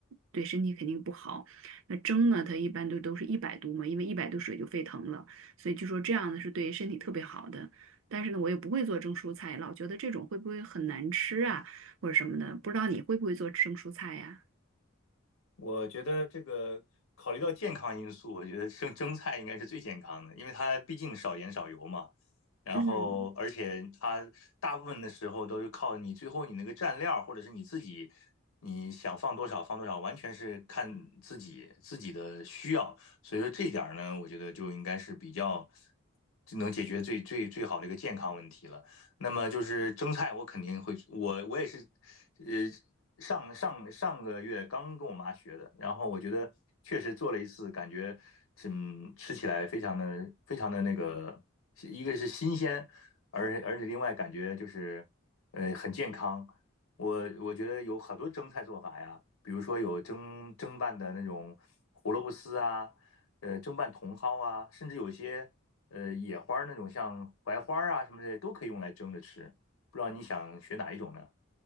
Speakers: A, on the right; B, on the left.
A: 对身体肯定不好。那蒸呢，它一般都都是一百度嘛，因为一百度水就沸腾了。所以就说这样的是对身体特别好的。但是呢，我又不会做蒸蔬菜，老觉得这种会不会很难吃啊，或者什么的。不知道你会不会做蒸蔬菜呀、
B: 我觉得这个考虑到健康因素，我觉得生蒸菜应该是最健康的，因为它毕竟少盐少油嘛。然后，
A: 嗯，
B: 而且它大部分的时候都是靠你最后你那个蘸料，或者是你自己你想放多少放多少，完全是看自己自己的需要。所以说这一点儿呢，我觉得就应该是比较就能解决最最最好的一个健康问题了。那么就是蒸菜，我肯定会，我我也是，呃，上上上个月刚跟我妈学的，然后我觉得确实做了一次，感觉嗯吃起来非常的非常的那个，一个是新鲜，而而且另外感觉就是呃很健康。我我觉得有很多蒸菜做法呀，比如说有蒸蒸拌的那种胡萝卜丝啊，呃，蒸拌茼蒿啊，甚至有些呃野花儿那种，像槐花儿啊什么的都可以用来蒸着吃。不知道你想学哪一种呢？